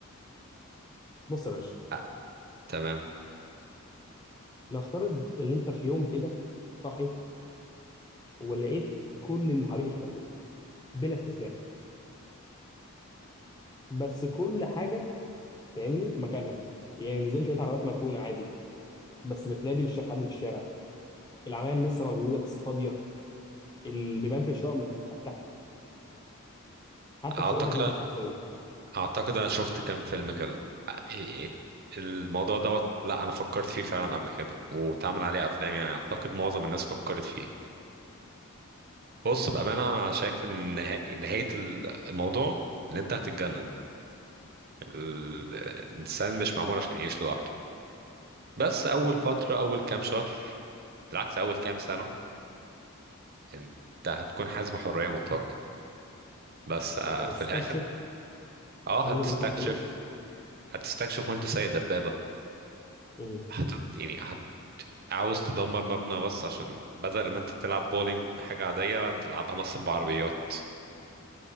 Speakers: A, on the left (about 20°); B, on the right (about 45°).
A: بص يا باشا
B: أ- تمام
A: نفترض ان انت في يوم كده صاحي ولقيت كل اللي حواليك اختفوا بلا استثناء بس كل حاجه فاهمني في مكانها يعني نزلت لقيت عربيات مركونه عادي بس بتنادي مش شايف حد في الشارع العماير لسه موجوده بس فاضيه البيبان في الشقق مت- متفتحه حتى
B: اعتقد
A: في شقتك انت الشخصيه
B: اعتقد انا شفت كام فيلم كده أ- إيه- الموضوع دوت لا انا فكرت فيه فعلا قبل كده واتعمل عليه افلام يعني اعتقد معظم الناس فكرت فيه بص بأمانة أنا شايف إن نها- نهاية الموضوع إن أنت هتتجنن ال- الإنسان مش معمول عشان يعيش لوحده بس أول فترة أول كام شهر بالعكس أول كام سنة أنت هتكون حاسس بحرية مطلقة بس آه،
A: يعني هتستكشف
B: في الآخر أه
A: مين
B: هتستكشف
A: اللي حد غير
B: هتستكشف وأنت سايق دبابة
A: مم.
B: هت يعني هت عاوز تدمر مبنى بس عشان بدل ما أنت تلعب بولينج بحاجة عادية هتلعبها مثلا بعربيات